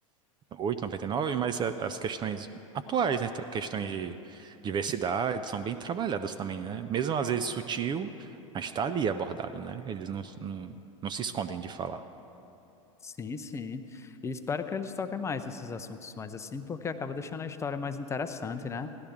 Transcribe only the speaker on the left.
Sim, sim. E espero que eles toquem mais nesses assuntos mais assim, porque acaba deixando a história mais interessante, né?